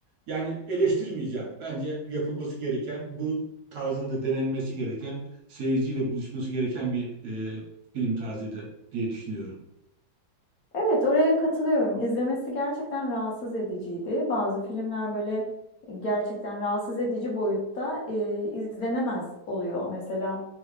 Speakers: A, on the right; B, on the left.
A: yani eleştirmeyeceğim. Bence yapılması gereken bu tarzında denenmesi gereken seyirciyle buluşması gereken bir e, film tarzıydı diye düşünüyorum.
B: Evet, oraya katılıyorum. İzlemesi gerçekten rahatsız ediciydi. Bazı filmler böyle e, gerçekten rahatsız edici boyutta e, izlenemez oluyor. Mesela